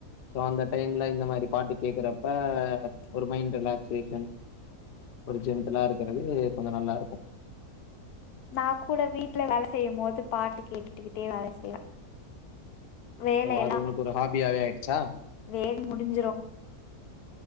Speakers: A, on the left (about 60°); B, on the left (about 75°).
A: சோ அந்த டைம்ல இந்த மாரி பாட்டு கேக்குறப்ப ஒரு மைண்ட் ரிலாக்சேஷன் ஒரு ஜென்டிலா இருக்கிறது கொஞ்ச நல்லா இருக்கு
B: நா கூட வீட்ல வேல செய்யும் போது பாட்டு கேட்டுக்கிட்டே வேல செய்வே வேலையெல்லா
A: ஓ அது உங்களுக்கு ஒரு ஹாபியாவே ஆயிடுச்சா?
B: வேல முடிஞ்சிரு.